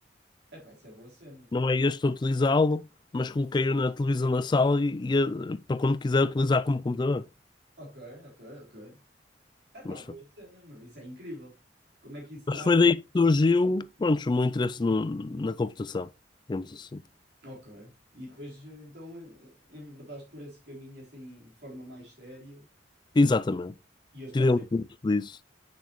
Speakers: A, on the right; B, on the left.
A: epá, isso é boa cena.
B: Não é este a utilizá-lo, mas coloquei-o na televisão da sala e, e, eh, para quando quiser utilizar como computador.
A: Ok, ok, ok. Epá,
B: Mas,
A: boa
B: foi-
A: cena, meu, isso é incrível. Como é que isso está
B: mas foi
A: a aguentar?
B: daí que surgiu, pronto, o meu interesse no- na computação, digamos assim.
A: Ok. E depois então em- enverdaste por esse caminho assim de forma mais séria
B: Exatamente.
A: e hoje estás
B: Tirei um
A: aí.
B: curso disso.